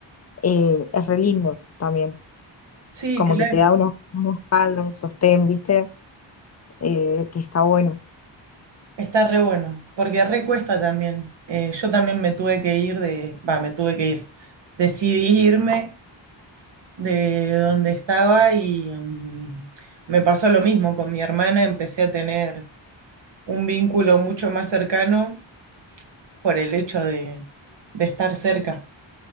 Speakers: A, on the left (about 35°); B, on the right (about 65°).
A: eh, es re lindo también.
B: sí,
A: Como
B: claro.
A: que te da una, una espalda, un sostén, ¿viste? Eh, que está bueno.
B: Está re bueno, porque re cuesta también. Eh, yo también me tuve que ir de, va, me tuve que ir. Decidí irme de donde estaba y mm, me pasó lo mismo con mi hermana. Empecé a tener un vínculo mucho más cercano por el hecho de, de estar cerca.